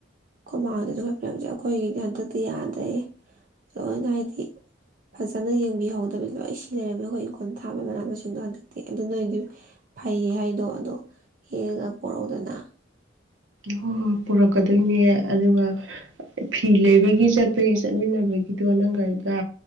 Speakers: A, on the right; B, on the right.
A: ꯀꯃꯥꯡꯗꯗ ꯑꯩꯣꯏ ꯐꯂꯝꯁꯦ ꯑꯩꯈꯣꯏꯒꯤꯗꯤ ꯍꯟꯗꯛꯇꯤ ꯌꯥꯗꯦ ꯑꯗꯨꯅ ꯍꯥꯏꯗꯤ ꯐꯖꯅ ꯌꯦꯡꯕꯤꯍꯧꯗꯕꯤꯗꯣ ꯑꯩꯁꯦ ꯁꯤ ꯂꯩꯔꯝꯃꯤ ꯑꯩꯈꯣꯏ ꯏꯪꯈꯣꯜ ꯊꯥ ꯃꯅꯥ ꯃꯁꯤꯡꯗꯣ ꯍꯟꯗꯛ ꯑꯗꯨꯅꯗꯤ ꯐꯩ ꯍꯥꯏꯗꯣ ꯑꯗꯣ ꯍꯦꯛꯒ ꯄꯣꯔꯛꯗꯅ
B: ꯍꯣꯏ ꯍꯣꯏ ꯄꯨꯔꯛꯀꯗꯣꯏꯅꯦ ꯑꯗꯨꯒ ꯐꯤ ꯂꯩꯕꯒꯤ ꯆꯠꯄꯒꯤ ꯆꯠꯃꯤꯟꯅꯕꯒꯤꯗꯣ ꯅꯪꯒꯥꯏ ꯀ